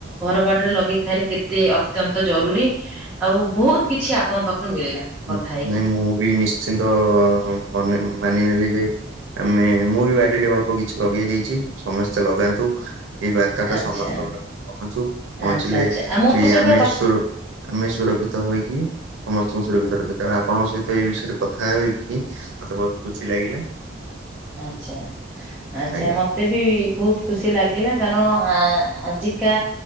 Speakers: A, in the centre; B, on the right.
A: ଘର ବାଡ଼ରେ ଲଗେଇକି ଖାଇଲେ କେତେ ଅତ୍ୟନ୍ତ ଜରୁରୀ, ଆଉ ବହୁତ କିଛି ଆପଣଙ୍କ ପାଖରୁ ମିଳିଲା। କଥା
B: ହୁଁ,
A: ହେଇକି
B: ନାଇଁ ମୁଁ ବି ନିଶ୍ଚିନ୍ତ ମନେ -ମାନି ନେଲି ଯେ ଆମେ ମୁଁ ବି ବାଡିରେ ଅଳ୍ପ କିଛି ଲଗେଇ ଦେଇଛି। ସମସ୍ତେ ଲଗାନ୍ତୁ। ଏଇ ବାର୍ତ୍ତାଟା
A: ଆଚ୍ଛା
B: ସମସ୍ତଙ୍କ ପାଖକୁ ପହଞ୍ଚୁ। ପହଞ୍ଚିଲେ
A: ଆଚ୍ଛା ଆଚ୍ଛା ଆଉ ମୋ
B: ବି
A: ସହିତ
B: ଆମେ
A: କଥା
B: ସୁରୁ ଆମେ ସୁରକ୍ଷିତ ହେଇକି ସମସ୍ତଙ୍କୁ ସୁରକ୍ଷିତ ସୁରକ୍ଷିତ। ଆପଣଙ୍କ ସହିତ ଏଇ ବିଷୟରେ କଥା ହୋଇକି ମତେ ବହୁତ ଖୁସି ଲାଗିଲା।
A: ଆଚ୍ଛା, ଆଚ୍ଛା
B: ଆଜ୍ଞା
A: ମତେ ମୋତେ ବି ବହୁତ ଖୁସି ଲାଗିଲା। କାରଣ ଆ ଆଜିକା